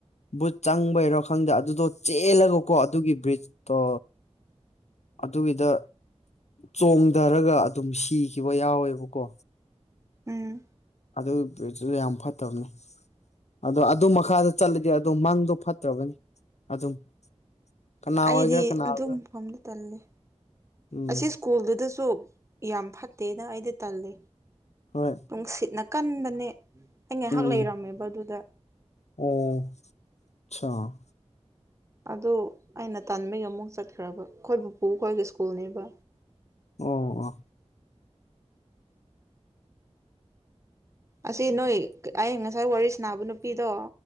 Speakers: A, on the left (about 75°); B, on the right (about 25°).
A: ꯕꯨꯠ ꯆꯪꯕꯩꯔꯣ ꯈꯪꯗꯦ ꯑꯗꯨꯗꯣ ꯆꯦꯜꯂꯒꯀꯣ ꯑꯗꯨꯒꯤ ꯕ꯭ꯔꯤꯖꯇꯣ ꯑꯗꯨꯒꯤꯗ ꯆꯣꯡꯊꯔꯒ ꯑꯗꯨꯝ ꯁꯤꯈꯤꯕ ꯌꯥꯎꯋꯦꯕꯀꯣ꯫
B: ꯎꯝ
A: ꯑꯗꯨ ꯕꯨꯠꯁꯨ ꯌꯥꯝ ꯐꯠꯇꯕꯅꯦ꯫ ꯑꯗꯣ ꯑꯗꯨ ꯃꯈꯥꯗ ꯆꯠꯂꯗꯤ ꯑꯗꯣ ꯃꯪꯗꯣ ꯐꯠꯇ꯭ꯔꯒꯅꯤ ꯑꯗꯨꯝ ꯀꯅꯥ
B: ꯑꯩꯗꯤ
A: ꯑꯣꯏꯒꯦꯔꯥ ꯀꯅꯥ
B: ꯑꯗꯨ
A: ꯑꯣꯏꯒꯦꯔꯥ
B: ꯃꯐꯝꯗꯣ ꯇꯜꯂꯦ
A: ꯎꯝ
B: ꯑꯁꯤ ꯁ꯭ꯀꯨꯜꯗꯨꯗꯁꯨ ꯌꯥꯝ ꯐꯠꯇꯦꯗ ꯑꯩꯗꯤ ꯇꯜꯂꯦ꯫
A: ꯍꯣꯏ
B: ꯅꯨꯡꯁꯤꯠꯅ ꯀꯟꯕꯅꯦ ꯑꯩ ꯉꯥꯏꯍꯥꯛ
A: ꯎꯝ
B: ꯂꯩꯔꯝꯃꯦꯕ ꯑꯗꯨꯗ
A: ꯑꯣ ꯆꯥ
B: ꯑꯗꯨ ꯑꯩꯅ ꯇꯟꯥꯟꯕꯒꯤ ꯑꯃꯨꯛ ꯆꯠꯈ꯭ꯔꯕ ꯑꯩꯈꯣꯏ ꯄꯨꯄꯨꯈꯣꯏꯒꯤ ꯁ꯭ꯀꯨꯜꯅꯦꯕ꯫
A: ꯑꯣ ꯑꯣ
B: ꯎꯝ <inaudible> ꯑꯁꯤ ꯅꯣꯏ ꯑꯩ ꯉꯁꯥꯏ ꯋꯥꯔꯤ ꯁꯥꯅꯕ ꯅꯨꯄꯤꯗꯣ